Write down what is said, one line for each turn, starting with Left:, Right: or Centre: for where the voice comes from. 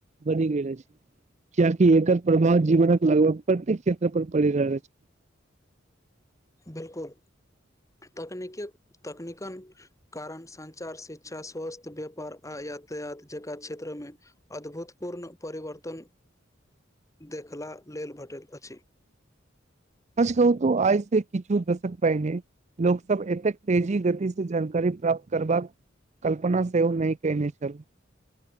Right: बनि गेल अछि किआाकि एकर प्रभाव जीवनक के लगभग प्रतेक क्षेत्र पर पड़ि रहल आछि
Left: बिल्कुल तकनीक तकनीकन कारण संचार शिक्षा स्वास्थ्य व्यापार आ यातायात जकरा क्षेत्रमे अद्भुतपूर्ण परिवर्तन देखला लेल भेटैत अछि
Right: सच कहू तो आज से किछो दशक पहिने लोक सब एतेक तेजी गति से जानकारी प्राप्त करबाक कल्पना सेहो नहि केने छल